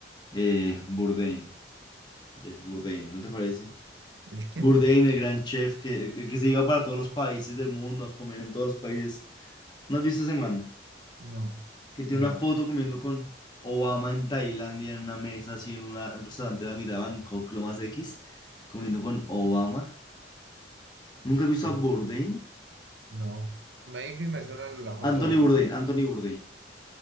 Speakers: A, on the left; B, on the right.
A: Eh,
B: ¿Qué?
A: Bourdain, Jeff Bourdain, ¿no te parece?
B: ¿El quién?
A: Bourdain, el gran chef que, el que se iba para todos los países del mundo a comer en todos los países. ¿No has visto ese man?
B: No,
A: que tiene
B: no, no.
A: una foto comiendo con Obama en Tailandia en una mesa, así en una- en un restaurante de la mitad de Bangkok, lo más X, comiendo con Obama. ¿Nunca he visto
B: eh,
A: a Bourdain?
B: no. Maybe me suena la foto,
A: Anthony Bourdain,
B: ah,
A: Anthony Bourdain.